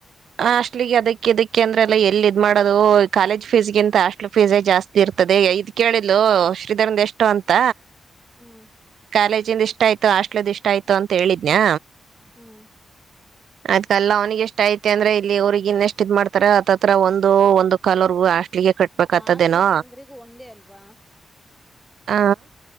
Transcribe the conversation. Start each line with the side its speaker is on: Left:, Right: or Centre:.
Right: ಹಾಸ್ಟ್ಲಗೆ ಅದಕ್ಕೆ ಇದಕ್ಕೆ ಅಂದ್ರೆಲ್ಲ ಎಲ್ಲಿ ಇದ್ ಮಾಡೋದು ಕಾಲೇಜ್ ಫೀಸ್ಗಿಂತ ಹಾಸ್ಟ್ಲ್ ಫೀಸ್ ಜಾಸ್ತಿ ಇರೋದು. <inaudible> ಇದ್ ಕೇಳಿದ್ಲು ಶ್ರೀಧರದ್ ಎಷ್ಟು ಅಂತ.
Centre: ಹ್ಮ್
Right: ಕಾಲೇಜಿಂದ ಇಷ್ಟ ಆಯ್ತು ಹಾಸ್ಟ್ಲ್ದ ಇಷ್ಟ ಆಯ್ತು ಅಂತ ಹೇಳಿದ್ಯ್ನ.
Centre: ಹ್ಮ್
Right: ಅದ್ಕಲ್ಲ ಅವನಿಗೆ ಎಷ್ಟ ಆಯ್ತು ಯಾಕಂದ್ರ ಇಲ್ಲಿ ಅವ್ರಿಗೆ ಇನ್ನೆಷ್ಟ ಇದ್ ಮಾಡ್ತಾರ ಹತ್ತತ್ರ ಒಂದು ಒಂದು ಕಲರ್ಗೂ ಅಷ್ಟ ಇಗೆ ಕಟ್ಬೇಕತದೇನೋ
Centre: ಹಾಸ್ಟ್ಲಿಗೆ ಎಲ್ರಿಗೂ ಒಂದೇ ಅಲ್ವಾ
Right: ಹ.